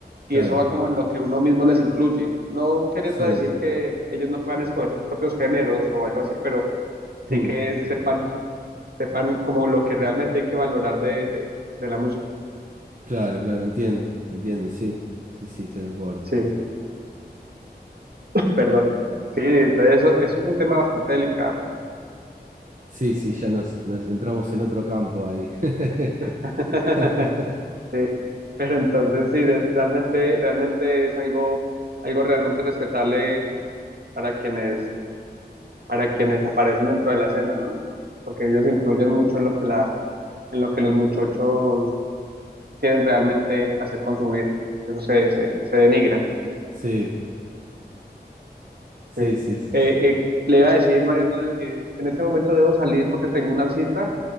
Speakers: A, on the right (about 45°); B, on the right (about 65°).
A: claro,
B: Y eso va como en lo que uno mismo les influye. No queriendo
A: sí,
B: decir que ellos no puedan escoger sus propios géneros o algo así, pero sí
A: mm,
B: que sepan, sepan como lo que realmente hay que valorar de, de, de la música.
A: claro, claro, entiendo, entiendo, sí, sí, sí, estoy de acuerdo.
B: Sí, perdón. Sí, entonces eso, eso es un tema bastante delicado.
A: Sí, sí, ya nos, nos entramos en otro campo ahí. <laughs>
B: <laughs>
A: <laughs>
B: Sí, pero entonces sí, de- realmente, realmente es algo, algo realmente respetable para quienes, para quienes aparecen dentro de la escena, ¿no? Porque ellos influyen mucho en lo que la, en lo que los muchachos quieren realmente hacer con su vida. Eso se, se, se denigra.
A: Sí. Sí,
B: sí.
A: sí, sí,
B: Eh,
A: sí.
B: eh, le iba a decir, Mariano, de- eh, en este momento debo salir porque tengo una cita,